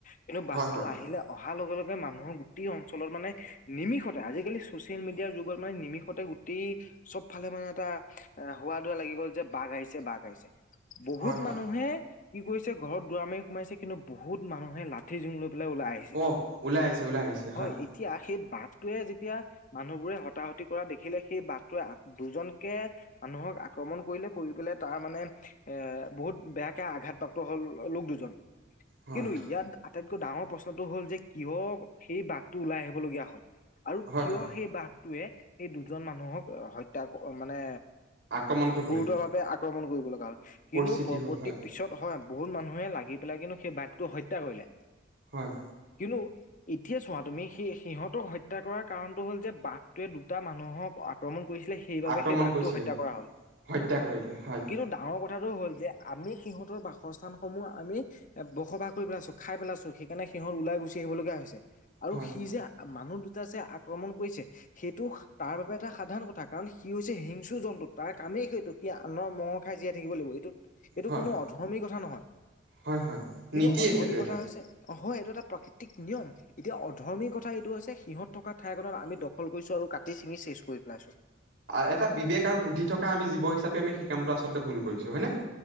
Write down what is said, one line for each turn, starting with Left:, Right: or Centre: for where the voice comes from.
Left: কিন্তু বাঘটো
Right: হয় হয়
Left: আহিলে অহাৰ লগে, লগে মানুহৰ গোটেই অঞ্চলত মানে নিমিষতে আজিকালি চচিয়েল মিডিয়াৰ যুগত মানে নিমিষতে গোট গোটেই চব ফালে মানে এটা হুৱাদুৱা লাগি গ'ল যে বাঘ আহিছে বাঘ <unintelligible> বহুত
Right: হয় হয়
Left: মানুহে কি কৰিছে ঘৰত দুৱাৰ মাৰি সোমাইছে কিন্তু বহুত মানুহে লা ঠি জোং লৈ পেলাই ওলাই আহিছে
Right: অ ওলাই আহিছে ওলাই আহিছে
Left: আৰু
Right: হয়
Left: এতিয়া সেই বাঘটোৱে যেতিয়া মানুহবোৰে হতাহতি কৰা দেখিলে সেই বাঘটোৱে <unintelligible> দুজনকে মানুহক আক্ৰমণ কৰিলে কৰি পেলাই তাৰ মানে এ বহুত বেয়াকে আঘাতপ্ৰাপ্ত হ'ল লোক দুজন
Right: হয়
Left: কিন্তু ইয়াত আটাইতকৈ ডাঙৰ প্ৰশ্নটো হ'ল যে কিয় সেই বাঘটো ওলাই আহিবলগীয়া হ'ল আৰু
Right: হয়
Left: কিয়
Right: হয়
Left: সেই বাঘটোৱে সেই দুজন মানুহক হত্যা মানে
Right: আক্ৰমণ কৰিবলগীয়া
Left: গুৰুতৰভাৱে আক্ৰমণ কৰিবলগা হ'ল
Right: পৰিস্থিতি
Left: কিন্তু পৰৱৰ্তী
Right: হ'ল হয়
Left: পিছত হয় বহুত মানুহে লাগি পেলাই কিন্তু সেই বাঘটো হত্যা কৰিলে
Right: হয়
Left: <unintelligible> এতিয়া চোৱা তুমি সেই সিহঁতক হত্যা কৰাৰ কাৰণটো হ'ল, যে বাঘটোৱে দুটা মানুহক আক্ৰমণ কৰিছিলে সেইবাবে
Right: আক্ৰমণ
Left: সেই বাঘটো
Right: কৰিছিলে
Left: হত্যা কৰা হ'ল।
Right: হত্যা কৰিলে হয়।
Left: কিন্তু ডাঙৰ কথাটো হ'ল যে আমি সিহঁতৰ বাসস্থানসমূহ আমি এ বসবাস কৰি পেলাইছোঁ, খাই পেলাইছোঁ, সেইকাৰণে সিহঁত ওলাই গুচি আহিবলগীয়া হৈছে। আৰু
Right: হয়
Left: সি যে মানুহ দুটা যে আক্ৰমণ কৰিছে, সেইটো তাৰ বাবে এটা সাধাৰণ কথা। কাৰণ সি হৈছে হিংস্ৰ জন্তু তাৰ কামেই সেইতো সি আনৰ মঙহ খাই জীয়াই থাকিব লাগিব। এইটো এইটো
Right: হয়
Left: কোনো অধৰ্মী কথা নহয়,
Right: হয় হয়
Left: কিন্তু
Right: নীতিয়ে
Left: অৰ্ধমী
Right: সেইটো
Left: কথা
Right: এটা
Left: হৈছে- অ' হয় এইটো এটা প্ৰাকৃতিক নিয়ম। এতিয়া অধৰ্মী কথা এইটো হৈছে সিহঁত থকা ঠাইখনত আমি দখল কৰিছোঁ আৰু কাটি চিঙি শেষ কৰি পেলাইছোঁ।
Right: আৰু এটা বিবেক আৰু বুদ্ধি থকা আমি জীৱ হিচাপে আমি সি কামটো আচলতে ভুল কৰিছো হয় নে?